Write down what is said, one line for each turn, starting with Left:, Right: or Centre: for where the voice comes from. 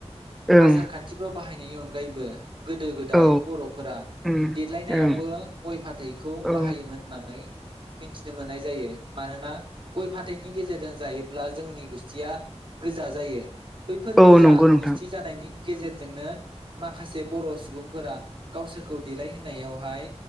Centre: ओं
Right: आसार खान्थिफ्राव बाहायनायनि अनगायैबो गोदो गोदाय
Centre: औ
Right: बर'फोरा
Centre: ओम
Right: देरलायनायावबो
Centre: ओं
Right: गइ फाथैखौ
Centre: औ
Right: बाहायोमोन होननानै मिथिनो मोननाय जायो मानोना गइ फाथैनि गेजेरजों जायोब्ला जोंनि गुस्थिया गोजा जायो। बैफोर
Centre: औ
Right: गोजा
Centre: नंगौ नोंथां
Right: गुस्थि जा गेजेरजोंनो माखासे बर' सुबुंफोरा गावसोरखौ देलायहोनायावहाय